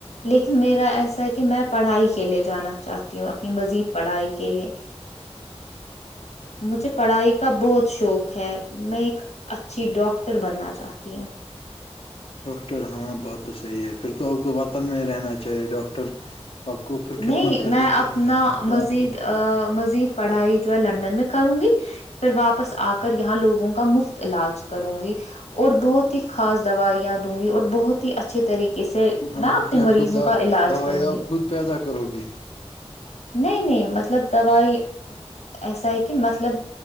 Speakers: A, on the left; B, on the left.
A: لیکن میرا ایسا ہے کہ میں پڑھائی کے لے جانا چاہتی ہوں اپنی مزید پڑھائی کے لیے <inaudible>
B: <inaudible>
A: مجھے پڑھائی کا بہت شوق ہے میں ایک اچھی ڈاکٹر بننا چاہتی ہوں
B: ڈاکٹر ہاں بات تو صحیح ہے پھر تو آپ کو وطن میں رہنا چاہیے ڈاکٹر آپ کو پھر
A: نہیں
B: خدمت کرنی
A: میں
B: چاہیے
A: اپنا
B: اپنی قوم
A: مزید
B: کی
A: مزید پڑھائی جو ہے لنڈن میں کروں گی پھر واپس آ کر یہاں لوگوں کا مفت علاج کروں گی اور بہت ہی خاص دوائیاں دوں گی اور بہت ہی اچھے طریقے کس
B: ہاں،
A: نہ
B: آپ
A: اپنے
B: کیا
A: مریضوں
B: خود دا-
A: کا علاج
B: دوائی
A: کروں
B: آپ
A: گی
B: خود پیدا کرو گے
A: نہیں نہیں مطلب دوائی ایسا ہے کہ مطلب